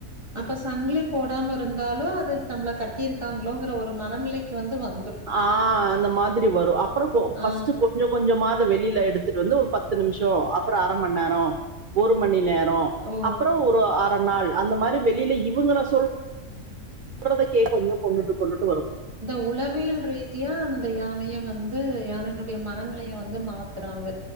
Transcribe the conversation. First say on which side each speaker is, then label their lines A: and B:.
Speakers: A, on the right; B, on the right.
A: அப்ப சங்லி போடாம இருந்தாலும் அது தம்ள கட்டி இருக்காங்ளோங்ற ஒரு மனநிலைக்கி வந்து வந்
B: ஆ அந்த மாதுரி வரு அப்பற கோ ஃபஸ்ட்டு
A: ஆ
B: கொஞ்சொ கொஞ்சொ மாத் வெளியில எடுத்துட்டு வந்து ஒரு பத்து நிம்ஷோ அப்புற அரமண் நேரொம் ஒரு மணி நேர் நோ
A: ஓ
B: அப்புரொ ஒரு அர நாள் அந்த மாரி வெளில இவுங்கள சொல் <unintelligible> கே கொஞ்சொ கொன்னுட்டு கொன்னுட்
A: ந்த உளவியல் ரீதியா அந்த யானய வந்து யானைன்னுடிய மரநிலைய வந்து மாத்றாங்க